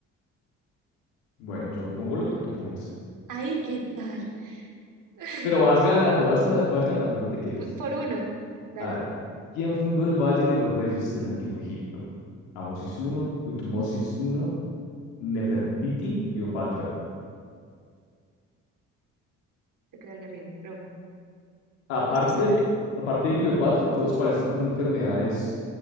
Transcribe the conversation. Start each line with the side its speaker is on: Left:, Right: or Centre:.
Left: bueno, yo pongo lo que tú pongas.
Right: Ay, ¿qué tal? <laughs>
Left: Pero vas ganando, vas, ca- vas ganando, no te quejes.
Right: Por uno. Dale,
Left: A ver, ¿quién fundó el Valle de los Reyes del Antiguo Egipto? Amosis I, Tutmosis I, Nefertiti, Cleopatra.
Right: te queda el de arriba, pero bueno,
Left: Aparte,
Right: no estoy segura.
Left: aparte de Cleopatra, todos parecen como enfermedades